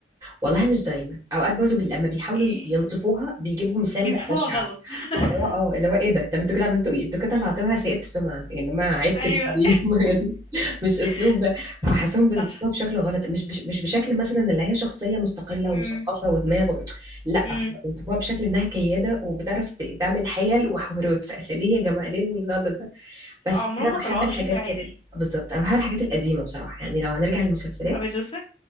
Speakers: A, on the right; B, on the left.
A: والله مش دايما اوقات برضو بي... لما بيحاولوا
B: آه،
A: ينصفوها بيجيبوا مثال
B: بينصفوها
A: بقى بشع
B: غلط <laughs>
A: اللي هو اه اللي هو ايه ده طب انتوا كده عملتوا ايه انتوا كده طلعتوها سيئة السمعه يا جماعه عيب كده
B: ايوه
A: طيب <laughs> يعني مش اسلوب
B: <laughs>
A: ده فحاسهم بينصفوها
B: صح
A: بشكل غلط مش بش... مش بشكل مثلا اللي هي شخصيه مستقله
B: امم
A: ومثقفه ودماغ و... لا
B: امم
A: هم بينصفوها بشكل انها كياده وبتعرف ت- تعمل حيل وحوارات فليه يا جماعه ليه الغلط ده بس
B: عمرهم
A: انا بحب
B: ما طلعوها
A: الحاجات
B: بشكل عادل
A: ال- بالظبط انا بحب الحاجات القديمه بصراحه يعني لو هنرجع للمسلسلات
B: ابيض واسود